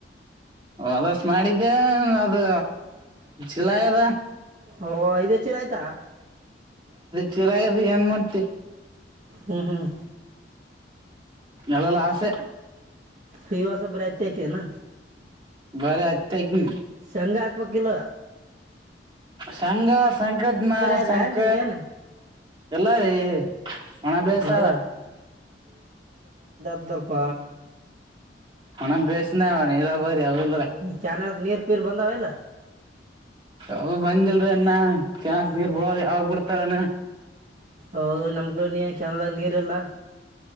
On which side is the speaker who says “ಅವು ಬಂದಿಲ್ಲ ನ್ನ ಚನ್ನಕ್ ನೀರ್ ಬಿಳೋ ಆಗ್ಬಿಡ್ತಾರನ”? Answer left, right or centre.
Right